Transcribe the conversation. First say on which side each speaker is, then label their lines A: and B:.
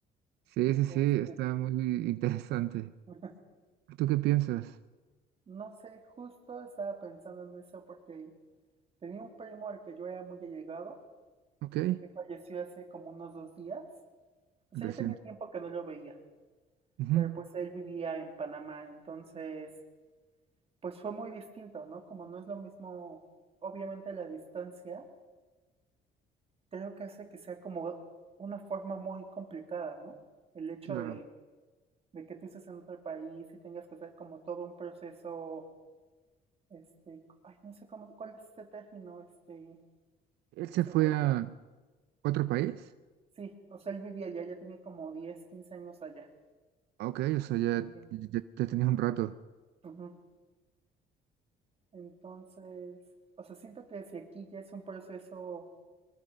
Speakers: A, on the right; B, on the right.
A: sí, sí, sí,
B: Este,
A: está muy interesante.
B: <laughs>
A: ¿Tú qué piensas?
B: no sé, justo estaba pensando en eso porque tenía un primo al que yo era muy allegado,
A: Ok,
B: que falleció hace como unos dos días. O
A: reciente.
B: sea, ya tenía tiempo que no lo veía,
A: Ujú,
B: pero pues él vivía en Panamá, entonces pues fue muy distinto, ¿no? Como no es lo mismo, obviamente la distancia, creo que hace que sea como una forma muy complicada, ¿no? El hecho
A: Claro.
B: de, de que tú estés en otro país y tengas que hacer como todo un proceso, este, ay, no sé cómo, cuál es ese término, este,
A: ¿Él se
B: se
A: fue
B: me olvidó.
A: a otro país?
B: Sí, o sea, él vivía allá, ya tenía como 10, 15 años allá.
A: Ok, o sea, ya,
B: viviendo.
A: ya, ya tenías un rato.
B: Ujú. Entonces, o sea, siento que si aquí ya es un proceso